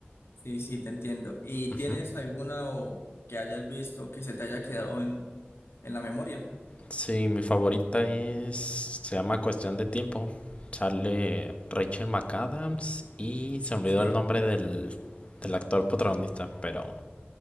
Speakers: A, on the left (about 85°); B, on the left (about 30°).
A: Sí, sí, te entiendo. ¿Y
B: Ujú.
A: tienes alguna o que hayas visto que se te haya quedado en, en la memoria?
B: Sí, mi favorita es, se llama Cuestión de Tiempo. Sale Rachel McAdams y se olvidó
A: Sí,
B: el nombre del, del actor protagonista, pero